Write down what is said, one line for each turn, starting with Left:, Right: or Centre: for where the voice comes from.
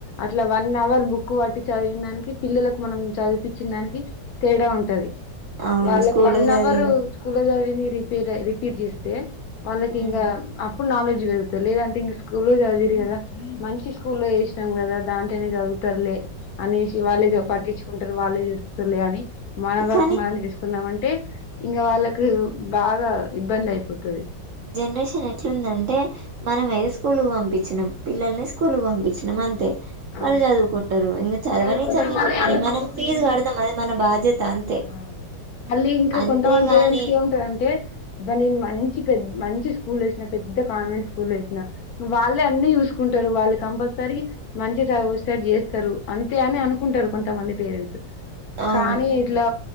Left: అట్లా వన్ అవర్ బుక్ బట్టి చదివిన దానికి పిల్లలకు మనం చదిపించినా దానికి తేడా ఉంటది
Right: అవును
Left: వాళ్లే
Right: స్కూల్లో
Left: వన్
Right: చదివింది
Left: అవరూ స్కూల్లో జచదివి మీ రిపీ రై రిపీర్ చేస్తే వాళ్ళకింగ
Right: మ్మ్
Left: అప్పుడ్ నాలెడ్ డ్జ్ పెరుగుతలేదంటే ఇంగ స్కూల్లో చదివిర్రు కదా, మంచి స్కూల్లో వేసినాం కదా దాంట్లోనే చదువుతార్ లే. అనేసి వాల్లే జెప్
Right: మ్మ్
Left: పట్టించుకున్ స్తార్ వాళ్ళే చేస్తార్ లే అని మన వర్క్
Right: కానీ
Left: మనం చేసుకుందాం అన్ టే ఇంగ వాళ్ళల్లకు బాగా ఇబ్బంది అయిపోతది
Right: జనరేషన్ ఎట్లుందంటే మనమే ఏ స్కూల్ పంపించినాం పిల్లలన్నీ స్కూల్ పంపించినం అంతే
Left: అ
Right: వాళ్ళు చదువుకుంటారు ఇంక చదవని
Left: చదువుకుంటరు
Right: చదవకపోని
Left: మళ్ళీ అనుకుంటరు
Right: మనం ఫీజు
Left: పేరెంట్సు,
Right: కడతాం అది మన బాధ్యత అంతే
Left: ఆ మళ్ళీ ఇంకా
Right: అంతేగాని
Left: కొంతమంది పేరెంట్సుకి ఏముంటదంటే దాని మంచి. పెద్ మంచి స్కూల్లో వేసినా పెద్ద కాన్వెంట్ స్కూల్లో వేసినా. వాళ్ళే
Right: ఉమ్
Left: అన్ని చూసుకుంటారు వాలే కంపల్సరీ మంచిగా చదువస్తేట్టు జెస్తరు అంతే అని అనుకుంటరు కొంతమంది పేరెంట్సు
Right: అవును
Left: కానీ ఇట్లా